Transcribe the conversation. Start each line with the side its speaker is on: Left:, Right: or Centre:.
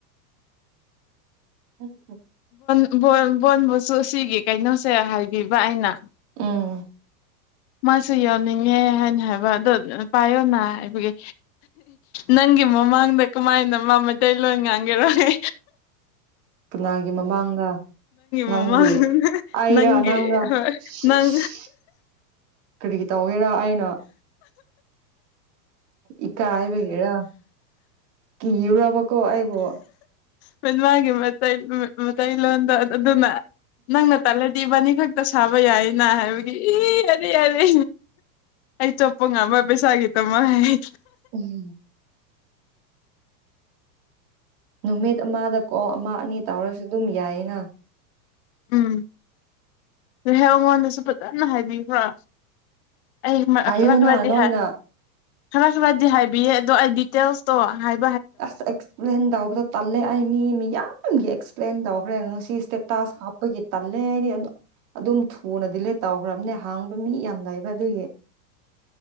Right: <unintelligible>
Left: <unintelligible> ꯕꯣꯟꯕꯨꯁꯨ ꯁꯤꯒꯤ ꯀꯩꯅꯣꯁꯦ ꯍꯥꯏꯕꯤꯕ ꯑꯩꯅ
Right: ꯎꯝ
Left: ꯃꯥꯁꯨ ꯌꯧꯅꯤꯡꯉꯦ ꯍꯥꯏꯅ ꯍꯥꯏꯕ ꯑꯗꯣꯅ ꯄꯥꯏꯌꯣꯅ ꯍꯥꯏꯕꯒꯤ ꯅꯪꯒꯤ ꯃꯃꯥꯡꯗ ꯀꯃꯥꯏꯅ ꯃꯥ ꯃꯩꯇꯩꯂꯣꯟ ꯉꯥꯡꯒꯦꯔꯣꯌꯦ
Right: ꯀꯅꯥꯒꯤ ꯃꯃꯥꯡꯔ ꯅꯪꯒꯤ
Left: ꯃꯃꯥꯡꯗ
Right: ꯑꯩꯔꯥ
Left: ꯅꯪꯒꯤ
Right: ꯅꯪꯔꯥ
Left: ꯍꯣꯏ
Right: ꯁꯤꯁ
Left: ꯅꯪ
Right: ꯀꯔꯤ ꯇꯧꯒꯦꯔꯥ ꯑꯩꯅꯥ ꯏꯀꯥꯏꯕꯒꯤꯔꯥ ꯀꯤꯔꯕ ꯀꯣ ꯑꯩꯕꯣ
Left: <unintelligible> ꯃꯩꯇꯩ ꯂꯣꯟꯗ ꯑꯗꯨꯅ ꯅꯪꯅ ꯇꯂꯗꯤ ꯏꯕꯥꯅꯤ ꯃꯊꯛꯇ ꯁꯥꯕ ꯌꯥꯏꯅ ꯍꯥꯏꯕꯒꯤ ꯏ ꯑꯔꯦ ꯑꯔꯦ ꯑꯩ ꯆꯣꯞꯄ ꯉꯝꯔꯣꯏ ꯄꯩꯁꯥꯒꯤꯗꯃꯛ ꯍꯥꯏ
Right: ꯎꯝ ꯅꯨꯃꯤꯠ ꯑꯃꯗ ꯀꯣꯜ ꯑꯃ ꯑꯅꯤ ꯇꯧꯔꯁꯨ ꯑꯗꯨꯝ ꯌꯥꯏꯌꯦ ꯉ
Left: ꯎꯝ <unintelligible> ꯉꯣꯟꯗꯁꯨ ꯐꯖꯅ ꯍꯥꯏꯕꯤ ꯕ꯭ꯔꯥ ꯑꯩ ꯃꯔꯛ
Right: ꯍꯥꯏꯌꯣꯅ
Left: ꯈꯔ ꯈꯔꯗꯤ
Right: ꯅꯣꯏꯅ
Left: ꯈꯔ ꯈꯔꯗꯤ ꯍꯥꯏꯕꯤꯌꯦ ꯑꯗꯣ ꯑꯩꯗꯤ <unintelligible>
Right: ꯑꯁ ꯑꯦꯛꯁꯄ꯭ꯂꯦꯟ ꯇꯧꯕꯗꯣ ꯇꯜꯂꯦ ꯑꯩ ꯃꯤ ꯌꯥꯝꯒꯤ ꯑꯦꯛꯁꯄ꯭ꯂꯦꯟ ꯇꯧ ꯍꯣꯔꯦꯟ ꯉꯁꯤ <unintelligible> ꯇꯥꯛꯁ ꯍꯥꯞꯄꯒꯤ <unintelligible> ꯂꯩ ꯍꯥꯏꯗꯤ ꯑꯗꯨꯝ ꯊꯨꯅ ꯗꯤꯂꯤꯠ ꯇꯧꯈ꯭ꯔꯕꯅꯦ ꯍꯥꯡꯕ ꯃꯤ ꯌꯥꯝ ꯂꯩꯕ ꯑꯗꯨꯒꯤ